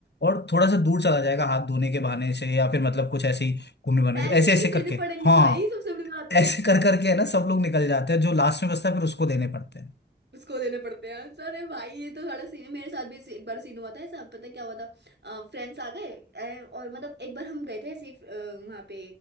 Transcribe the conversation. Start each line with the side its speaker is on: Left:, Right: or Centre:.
Left: और थोड़ा सा दूर चला जाएगा हाथ धोने के बहाने से या फिर मतलब कुछ ऐसे ही घूमने बहाने
Right: पैसे
Left: से ऐसे ऐसे
Right: नहीं
Left: करके
Right: देने पड़ेंगे
Left: हाँ
Right: भाई सबसे बड़ी बात है
Left: ऐसे कर करके है ना सब लोग निकल जाते हैं जो लास्ट में बचता है फिर उसको देने पड़ते हैं
Right: उसको देने पड़ते हैं तो अरे भाई ये तो बड़ा सीन है मेरे साथ भी ऐसे- एक बार सीन हुआ था ऐसा पता है क्या हुआ था फ्रेंड्स आ गए अ, और मतलब एक बार हम गए थे ऐसे ही, अ, वहाँ पे